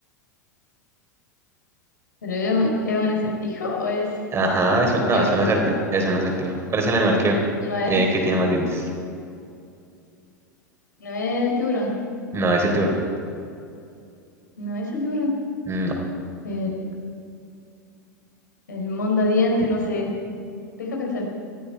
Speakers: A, on the left; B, on the right.
A: ¿Pero es un, es un acertijo o es,
B: Ajá, es un- no,
A: es
B: es
A: un acertijo?
B: un acertijo, es un acertijo. ¿Cuál es el animal que,
A: No es,
B: eh, que tiene más dientes?
A: no es el tiburón,
B: No, es el tiburón.
A: no es el tiburón.
B: No,
A: El, el mondadiente, no sé. Deja pensar.